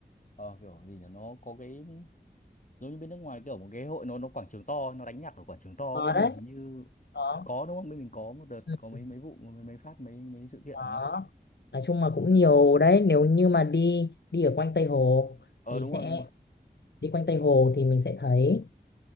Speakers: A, on the left; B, on the left.
A: ờ, kiểu gì nhỉ nó có cái giống như bên nước ngoài kiểu một cái hội nó nó quảng trường to nó đánh nhạc ở quảng trường to
B: có
A: bên
B: đấy
A: mình hình như
B: có
A: có đúng không bên mình có một đợt
B: ừ.
A: có mấy
B: ừ,
A: mấy vụ mấy, mấy phát mấy mấy sự kiện
B: có
A: đúng không
B: nói chung là cũng nhiều đấy nếu như mà đi đi ở quanh Tây Hồ
A: ờ
B: thì
A: đúng rồi
B: sẽ
A: đúng rồi
B: đi quanh Tây Hồ thì mình sẽ thấy